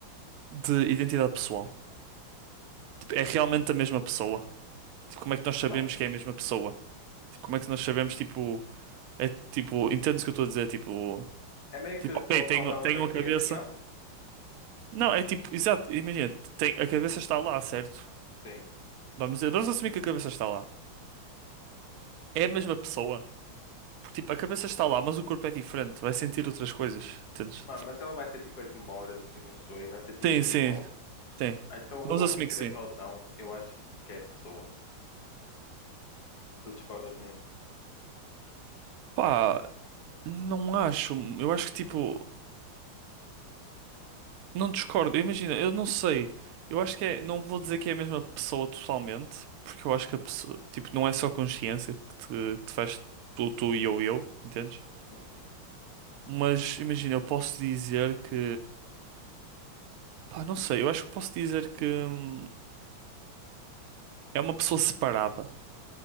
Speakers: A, on the right (about 75°); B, on the left (about 50°).
A: de identidade pessoal? Tipo, é realmente a mesma pessoa? Tipo, como é que nós sabemos
B: Mano,
A: que é a mesma pessoa? Tipo, como é que nós sabemos, tipo, é, tipo, entendes o que eu estou a dizer? Tipo,
B: é meio
A: tipo,
B: que
A: ok,
B: qual,
A: tenho,
B: qual delas
A: tenho
B: é que
A: a cabeça...
B: é real?
A: Não, é tipo, exato, imagina, tem, a cabeça está lá, certo?
B: Sim.
A: Vamos, vamos assumir que a cabeça está lá. É a mesma pessoa. Porque, tipo, a cabeça está lá, mas o corpo é diferente. Vai sentir outras coisas, entendes?
B: Mano, mas ela vai ter tipo as memórias, as emoções, vai ser tipo
A: Tem,
B: tudo
A: sim,
B: igual.
A: tem.
B: Ah, Então
A: Vamos
B: eu acho,
A: assumir
B: que,
A: que
B: querendo
A: sim.
B: ou não, eu acho que é a pessoa. Tu discordas de mim?
A: Pá, não acho. Eu acho que, tipo, não discordo. Imagina, eu não sei. Eu acho que é, não vou dizer que é a mesma pessoa totalmente, porque eu
B: Uhum,
A: acho que a pessoa, tipo, não é só consciência que te, que te faz tu, tu e eu e eu, entendes?
B: uhum,
A: Mas, imagina, eu posso dizer que. Pá, não sei, eu acho que posso dizer que hum, é uma pessoa separada,